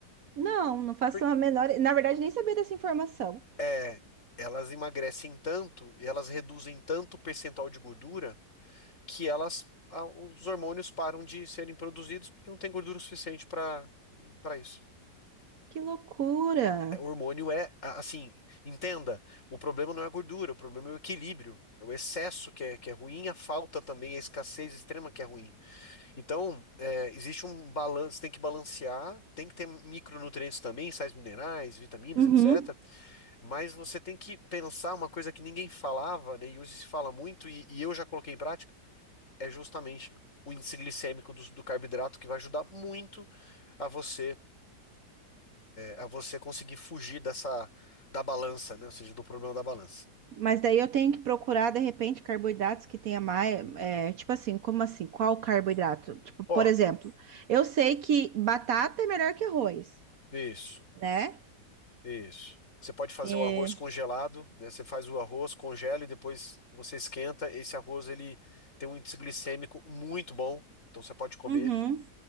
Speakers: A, on the right; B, on the left.
A: Não, não faço
B: Por-
A: a menor. Na verdade, nem sabia dessa informação.
B: é, elas emagrecem tanto e elas reduzem tanto o percentual de gordura que elas, a- os hormônios param de serem produzidos porque não tem gordura suficiente para para isso.
A: Que loucura.
B: é, O hormônio é, a- assim, entenda, o problema não é a gordura, o problema é o equilíbrio, é o excesso que é, que é ruim, a falta também, a escassez extrema que é ruim. Então, é, existe um balanço, tem que balancear, tem que ter micronutrientes também, sais minerais, vitaminas,
A: Uhum.
B: etc. Mas você tem que pensar uma coisa que ninguém falava, né, e hoje se fala muito, e, e eu já coloquei em prática, é justamente o índice glicêmico do, do carboidrato, que vai ajudar muito a você a você conseguir fugir dessa da balança, né? Ou seja, do problema da balança.
A: Mas daí eu tenho que procurar, de repente, carboidratos que tenha mais. é, tipo assim, como assim? Qual carboidrato? Tipo, por
B: Ó,
A: exemplo, eu sei que batata é melhor que arroz,
B: isso,
A: né?
B: isso. Você pode fazer
A: É...
B: o arroz congelado, né? Você faz o arroz, congela e depois você esquenta. Esse arroz ele tem um índice glicêmico muito bom, então você pode comer.
A: Uhum.